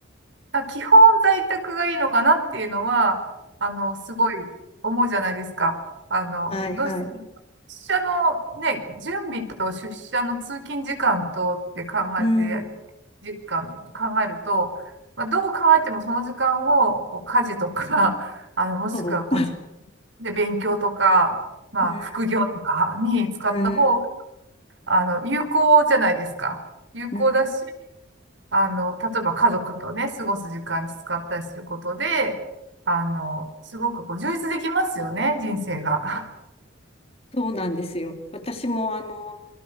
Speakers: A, on the right (about 70°); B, on the left (about 30°).
A: あ基本在宅がいいのかなっていうのは、あの、すごい思うじゃないですか。あの、
B: はいはい。
A: どうしても、出社のね、準備と出社の通勤時間とって考えて、
B: うん。
A: 時間って考えると、まあ、どう考えてもその時間をこう家事とか、<laughs> あの、もしくはこう
B: そう。
A: で、勉強とか、まあ、
B: うん。
A: 副業とかに使った方が、
B: うん。
A: あの、有効じゃないですか。有効だし、
B: うん。
A: あの、例えば家族とね、過ごす時間に使ったりすることで、あの、すごくこう、充実できますよね、人生が。<laughs>
B: そうなんですよ。私もあの、